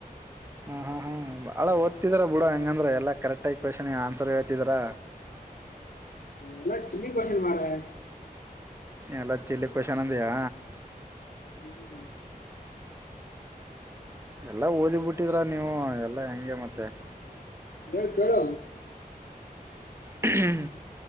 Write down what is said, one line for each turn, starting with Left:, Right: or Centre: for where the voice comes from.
Right: ಹಾ ಹಾ ಹಂ ಬಹಳ ಓದ್ತೀರ ಬುಡು ಹಂಗಂದ್ರೆ ಎಲ್ಲಾ ಕರೆಕ್ಟಾಗಿ ಕೋಶ್ನ ಗೆ ಆನ್ಸರ್ ಹೇಳ್ತಿದ್ದರ್
Left: ಅವೇಲಾ ಚಿಲ್ಲಿ ಕೊಶ್ನ್ ಮಾರಾಯಾ
Right: ಎಲ್ಲಾ ಚಿಲ್ಲಿ ಕೋಶ್ನಂದಯಾ
Left: ಹುಂ
Right: ಎಲ್ಲಾ ಓದಿಬಿಟ್ಟಿದ್ರ ನೀವು ಎಲ್ಲಾ ಹೆಂಗೆ ಮತ್ತೆ
Left: <unintelligible> ಕೇಳು
Right: ಹುಂ